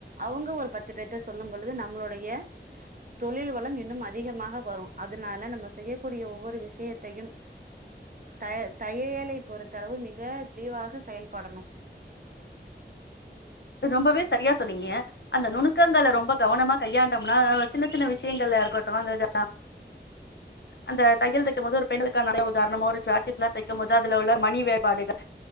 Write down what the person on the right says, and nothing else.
அவங்க ஒரு பத்து பேர்ட சொல்லும் பொழுது நம்மளுடைய தொழில் வளம் இன்னும் அதிகமாக வரும் அதனால நம்ம செய்யக்கூடிய ஒவ்வொரு விஷயத்தையும் த தையலை பொறுத்தளவு மிக தெளிவாக செயல்படணும்